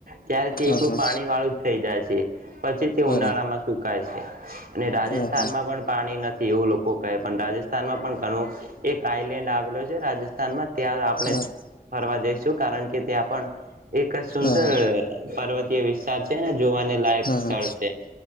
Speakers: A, on the right; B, on the left.
A: ત્યારે તે
B: હા
A: એકલું
B: હા
A: પાણી વાળું જ થઈ જાય છે પછી તે
B: બરોબર
A: ઉનાળામાં સુકાય છે અને રાજસ્થાનમાં
B: હા હા
A: પણ પાણી નથી એવું લોકો કહે પણ રાજસ્થ માં પણ ગણું એક આઈલેન્ડ આવેલો છે રાજસ્થાનમાં ત્યાં આપણે
B: હા
A: ફરવા જઈશ શું કારણ કે ત્યાં પણ એક સુુંદર
B: હા
A: પર્વત વિશ્વા છે છે ને જોવાની લાયક
B: હા
A: સ્થળ
B: હા
A: છે